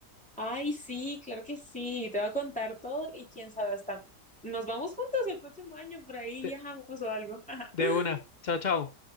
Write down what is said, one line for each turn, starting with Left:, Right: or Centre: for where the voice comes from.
Centre: Ay, sí, claro que sí, te voy a contar todo y quién sabe, hasta nos vamos juntos el próximo año, por ahí
Left: de
Centre: viajamos o algo. <laughs>
Left: de una, chao, chao.